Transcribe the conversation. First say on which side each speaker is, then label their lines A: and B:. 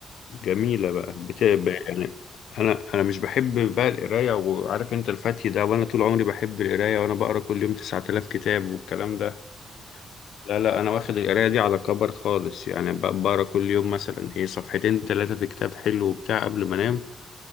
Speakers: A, on the left (about 80°); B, on the right (about 70°).
A: جميلة بقى
B: جميله
A: بت... ب-
B: جدا
A: يعني انا انا مش بحب بقى القراية وعارف انت الفتي ده وانا طول عمري بحب القراية وانا بقرا كل يوم 9000 كتاب والكلام ده
B: ايوه ايوه
A: لا لا انا واخد القرايه دي على كبر خالص يعني ب- بقرا كل يوم مثلا ايه صفحتين ثلاثه في كتاب حلو وبتاع قبل ما انام